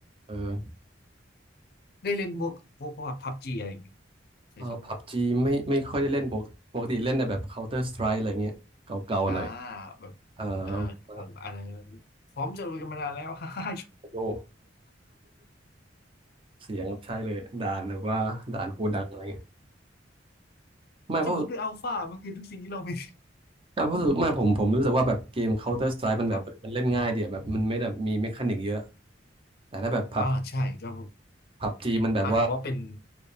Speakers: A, on the right; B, on the left.
A: เออ
B: ได้เล่นพวกพวกพวกพับจีอะไรอย่างเงี้ยเคยชม
A: เออพับจีไม่ไม่ค่อยได้เล่นปกปกติเล่นแต่แบบ Counter Strike อะไรเงี้ยเก่าๆหน่อย
B: อ่าแบบเอ่อผมอะไร
A: เออมา
B: พร้อมจะลุยกันมานานแล้ว <laughs> ฮ่าฮ่า
A: โยก <laughs> เสียงครับใช่เลยด่านแบบว่าด่านโกดังอะไรเงี้ยไม่เพราะ
B: เราจะบุกด้วยอัลฟามันคือทุกสิ่งที่เรามี
A: ไม่เพราะรู้สึกไม่ผมผมรู้สึกว่าแบบเกม Counter Strike
B: <laughs>
A: มันแบบเออมันเล่นง่ายเดียแบบมันไม่แบบมีเมคานิกเยอะ
B: ครับ
A: แต่ถ้าแบบผับ
B: อ่าใช่ก็
A: ผับจีมันแบบว่า
B: อาจจะเพราะเป็น